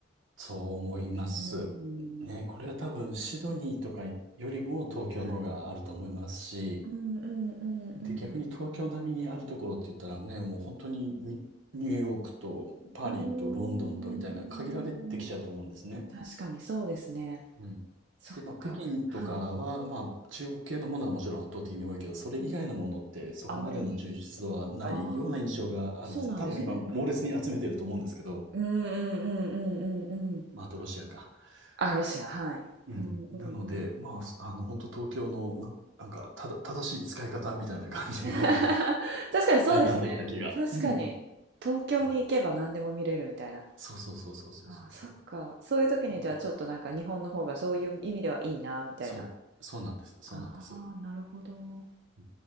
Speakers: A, on the right; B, on the right.
A: そう思います。
B: うん。
A: ね、これは多分シドニーとかよりも東京の方があると思いますし、
B: はい。うんうんうんうん。
A: で、逆に東京並みにあるところって言ったらね、もう本当にニニューヨークとパリとロンドンとみたいな限られてきちゃうと思うんですね。
B: うーん。確かにそうですね。
A: うん。
B: そっか。
A: で、まあ、北京とかは、
B: はい。
A: まあ、中国系のものはもちろん圧倒的に多いけど、それ以外のものってそこまでの充実度はないような印象があるんですね。
B: あんまりああ、そうなんですね。
A: 多分今、猛烈に集めてると思うんですけど、
B: うんうんうんうんうんうん。
A: まあ、あとロシアか。
B: あ、ロシア、
A: そ
B: はい。
A: うん。
B: うんうんうん。
A: なので、まあ、あの、本当東京のな、なんか、ただ、正しい使い方みたいな感じの
B: <laughs> 確かにそうですね。
A: <laughs> 体感できた気が。
B: 確かに。
A: うん。
B: 東京に行けば何でも見れるみたいな。
A: あ、そうそうそうそうそうそうそ
B: ああ、そっか。そういう時にじゃあちょっとなんか日本の方がそういう意味ではいいな、
A: う。うん
B: みたいな。
A: そう、そうなんです。そうなんです。
B: ああ、なるほど。
A: うん